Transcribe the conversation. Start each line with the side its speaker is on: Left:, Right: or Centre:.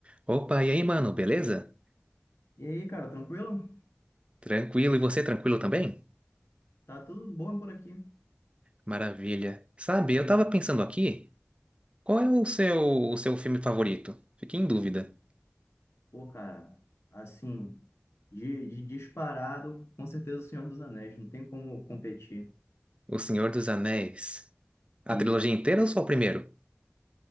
Right: Opa, e aí, mano, beleza?
Left: E aí, cara, tranquilo?
Right: Tranquilo, e você tranquilo também?
Left: Tá tudo bom por aqui.
Right: Maravilha. Sabe, eu tava pensando aqui, qual é o seu, o seu filme favorito? Fiquei em dúvida.
Left: Pô, cara, assim, de, de disparado, com certeza o Senhor dos Anéis, não tem como competir.
Right: O Senhor dos Anéis. A
Left: Isso.
Right: trilogia inteira ou só o primeiro?